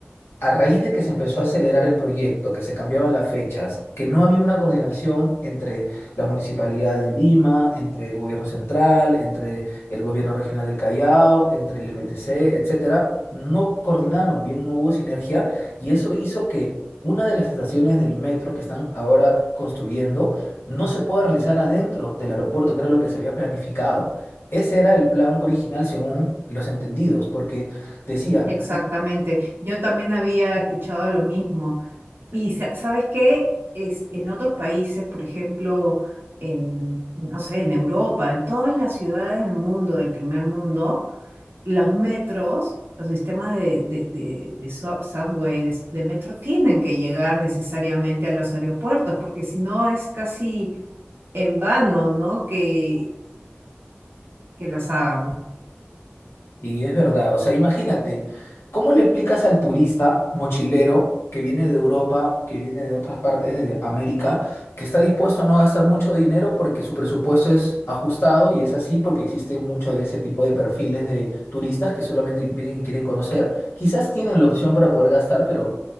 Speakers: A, on the left; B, on the right.
A: a raíz de que se empezó a acelerar el proyecto, que se cambiaban las fechas, que no había una coordinación entre la Municipalidad de Lima, entre el gobierno central, entre el gobierno regional del Callao, entre el MTC, etcétera, no coordinaron bien, no hubo sinergia y eso hizo que una de las estaciones del metro que están ahora construyendo no se pueda realizar adentro del aeropuerto, que era lo que se había planificado. Ese era el plan original según los entendidos, porque decía
B: Exactamente. Yo también había escuchado lo mismo. Y sa- sabes qué, es, en otros países, por ejemplo, en, no sé, en Europa, en todas las ciudades del mundo, del primer mundo, los metros, los sistemas de, de, de- de sub- subway, de, de metro, tienen que llegar necesariamente a los aeropuertos, porque si no es casi en vano, ¿no? Que, que las hagan.
A: Y es verdad, o sea, imagínate, ¿cómo le explicas al turista mochilero que viene de Europa, que viene de otras partes de América, que está dispuesto a no gastar mucho dinero porque su presupuesto es ajustado y es así porque existe mucho de ese tipo de perfiles de turistas que solamente vienen y quieren conocer? Quizás tienen la opción para poder gastar, pero